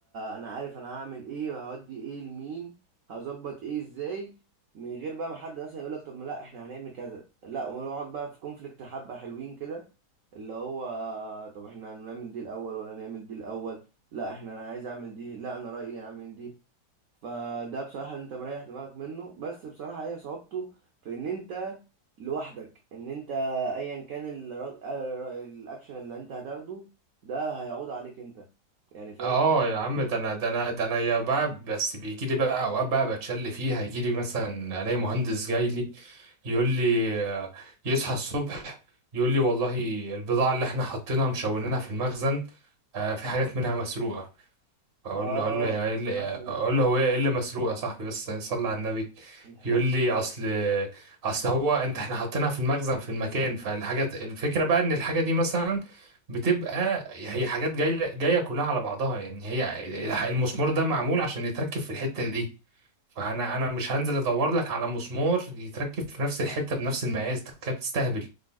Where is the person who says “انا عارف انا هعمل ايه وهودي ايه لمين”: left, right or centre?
Right